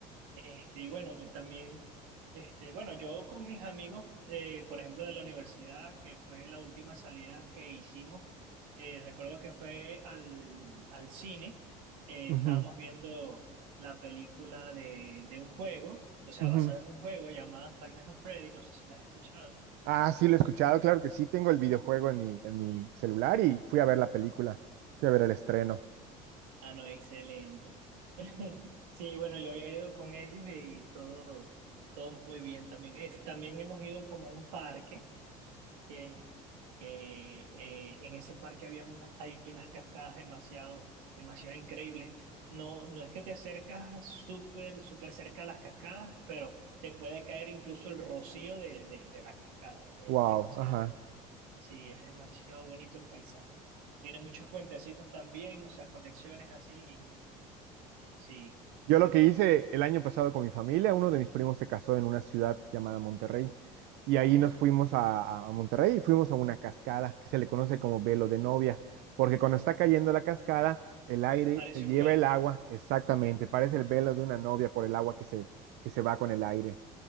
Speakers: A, on the right (about 80°); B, on the right (about 65°).
A: Este, y bueno, me- también, este, bueno, yo con mis amigos, eh, por ejemplo, de la universidad, que fue la última salida que hicimos, eh, recuerdo que fue al, al cine, eh,
B: Ujú,
A: estábamos viendo la película de, de un juego, o sea,
B: ujú.
A: basada en un juego llamada Final Fantasy Freddy, no sé si la has escuchado.
B: Ah, sí, lo he escuchado. Claro que sí, tengo el videojuego en mi, en mi celular y fui a ver la película. Fui a ver el estreno.
A: Ah, no, excelente. <laughs> Sí, bueno, yo había ido con ellos y todo, todo muy bien también. Es, también hemos ido como a un parque, que, que, eh, en ese parque había unas, hay unas cascadas demasiado, demasiado increíbles. No, no es que te acercas súper, súper cerca a las cascadas, pero te puede caer incluso el rocío de, de, de la cascada. Es, es
B: Wow,
A: demasiado,
B: Ajá.
A: sí, es demasiado bonito el paisaje. Tiene muchos puentecitos también, o sea, conexiones así. Sí,
B: Yo
A: muy
B: lo
A: bonito.
B: que hice el año pasado con mi familia, uno de mis primos se casó en una ciudad llamada Monterrey y
A: Ajá.
B: ahí nos fuimos a, a Monterrey y fuimos a una cascada que se le conoce como velo de novia, porque cuando está cayendo la cascada, el aire
A: Parece
B: se lleva
A: un velo.
B: el agua, exactamente, parece el velo de una novia por el agua que se, que se va con el aire.